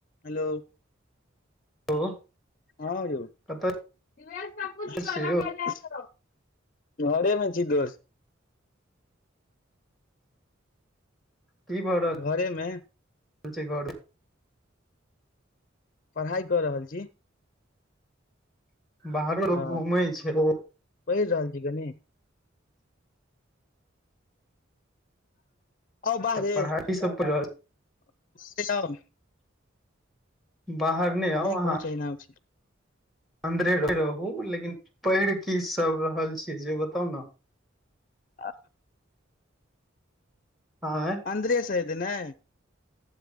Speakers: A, on the left; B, in the centre.
A: Hello
B: ओ
A: हा यो दिवैश
B: कतऽ
A: पपु छू ललक
B: छियै यौ
A: जयकल घरेमे छी दोस्त
B: की भर <inaudible>
A: घरेमे
B: <inaudible>
A: पढ़ाइ कऽ रहल छी
B: बाहरो लोक
A: हँ
B: घूम छै
A: पढ़ि रहल छी कनी और
B: तऽ
A: बाहरे
B: पढ़ाई
A: <unintelligible>
B: सब पढ़ि रहल
A: बाहरे आउ
B: बाहर आउ
A: नहि
B: अहाँ
A: कुछ <inaudible>
B: अन्दरे रहू लेकिन पेढ़ की सब रहल छी जे बताउ नऽ
A: <inaudible>
B: आँह
A: अन्दे सइद ने